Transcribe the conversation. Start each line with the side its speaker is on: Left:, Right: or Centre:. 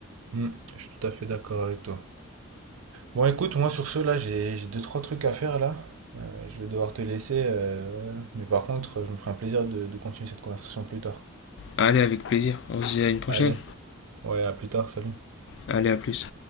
Right: Mm, je suis tout à fait d'accord avec toi. Bon, écoute, moi sur ce, là, j'ai j'ai deux, trois trucs à faire là. Euh, je vais devoir te laisser, euh, mais par contre, je me ferai un plaisir de de continuer cette conversation plus tard.
Left: Allez, avec plaisir. On se dit à une prochaine.
Right: Allez, ouais, à plus tard, salut.
Left: Allez, à plus.